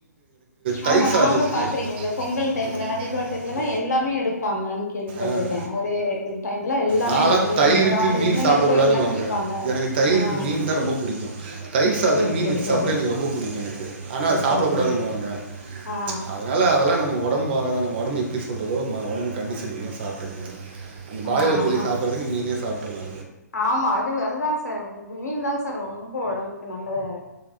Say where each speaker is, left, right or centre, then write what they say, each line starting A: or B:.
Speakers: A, on the right; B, on the left.
A: தயிர்
B: ஆமா
A: சாதத்துக்கு
B: நா கூட பாத்திருக்கேன் இந்த
A: கார்த்திக்
B: பொங்கல் டைத்துல
A: டைத்துல
B: தீபாவளி டை த்துலலா எல்லாமே எடுப்பாங்க கேள்விப்பட்டுருக்கன்
A: ஆ,
B: ஒரே இது டைம்ல எல்லாமே
A: நான்லாம்
B: நண்டு
A: தயிருக்கு
B: மீனு இறாளு
A: மீன்
B: என்னன்ன
A: சாப்பிடக்கூடாதுன்னு
B: இருக்கோ எல்லாமே
A: வாங்க
B: எடுப்பாங்க
A: எனக்கு தயிருக்கு
B: ஆ
A: மீன் தான் ரொம்ப பிடிக்கும் தயிர் சாததுக்கு
B: செரி
A: மீன்
B: செரி
A: வச்சி
B: செரி
A: சாப்ட எனக்கு ரொம்ப புடிக்கும் எனக்கு ஆனா அது சாப்ட
B: செரி
A: கூடாதுன்னுவாங்க
B: ஆ ஆ
A: அதனால அதல்லா நம்ம ஒ டம்பு வாக்குதா நம்ம ஒடம்பு எப்டி சொல்றதோ நம்ம ஒடம்பு கண்டிஷன் என்னவோ சாப்ட்டுக்க வேண்டிதா அந்த பாய்லர்
B: ஆ ஆ
A: கோழி சாப் புறதுக்கு மீனயே சாப்ட்டறலா
B: ஆமா அது அதுதாங்க சார் மீன் தாங்க சார் ரொம்ப ஒடம்புக்கு நல்லது